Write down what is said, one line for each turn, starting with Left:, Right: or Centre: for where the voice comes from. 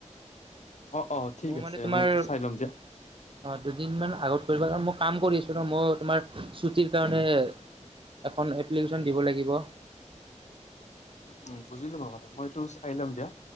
Left: অ অ ঠিক
Right: মই
Left: আছে
Right: মানে তোমাৰ
Left: এইটো
Right: অ
Left: চাই ল'ম দিয়া।
Right: দুদিন মান আগত কৰিব কাৰণ মই কাম কৰিছো ন মই তোমাৰ ছুটিৰ কাৰণে এখন এপ্লিকেশ্যন দিব লাগিব
Left: উম বুজিলো মই কথা মইটো চাই লম দিয়া